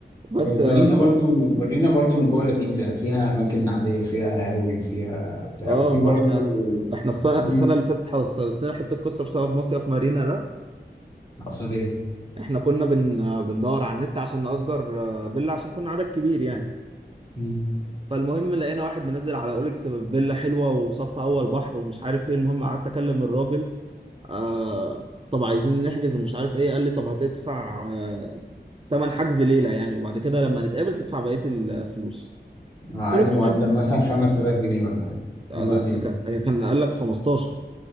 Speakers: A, on the right (about 30°); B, on the left (about 20°).
A: بس
B: مارينا
A: آه،
B: برضو مارينا برضو من جوه لذيذه فيها اماكن عاديه فيها قهاوي فيها بتاع
A: اه
B: وفي
A: ما
B: برضو
A: احنا ده احنا الس- السنه
B: مم.
A: اللي فاتت حصلت لنا حته قصه بسبب مصيف مارينا ده
B: اقصد ايه
A: احنا كنا بن آه، بندور على النت عشان نأجر آه، فيلا عشان كنا عدد كبير يعني
B: مم.
A: فالمهم لقينا واحد منزل على اوليكس فيلا حلوه وصف اول بحر ومش عارف ايه المهم قعدت اكلم الراجل آه طب عايزين نحجز ومش عارف ايه قال لي طب هتدفع آه تمن حجز ليله يعني وبعد كده لما نتقابل تدفع بقيه الفلوس
B: آه، عايز
A: قلت له
B: مقدم
A: تمام
B: مثلا 5000 جنيه ولا حاجه
A: آه،
B: وبعدين
A: ده ده كان هي كان قال لك 15